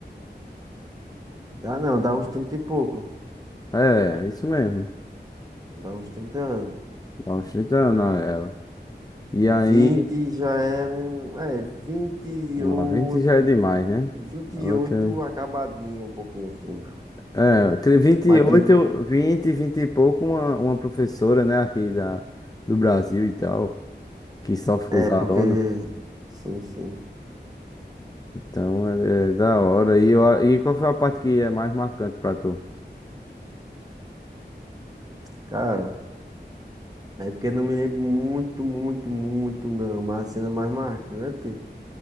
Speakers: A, on the right; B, on the left.
A: Dá não, dá uns 30 e pouco.
B: É, isso mesmo.
A: Dá uns 30 anos.
B: Dá uns 30 anos a ela. E
A: 20
B: aí,
A: já é um. É, vinte e
B: 90
A: oito.
B: já é demais,
A: vinte
B: né? Ela
A: e oito
B: tem.
A: acabadinho, um pouquinho assim.
B: É, entre vinte
A: Mas
B: e oito
A: tipo,
B: 20 20 e pouco, uma, uma professora, né, aqui da, do Brasil e tal, que sofre com
A: é
B: os alunos.
A: porque. Sim, sim.
B: Então, é, é da hora. E, eu, e qual foi a parte que é mais marcante pra tu?
A: Cara, é porque eu não me lembro muito, muito, muito, não. Mas a cena mais marcante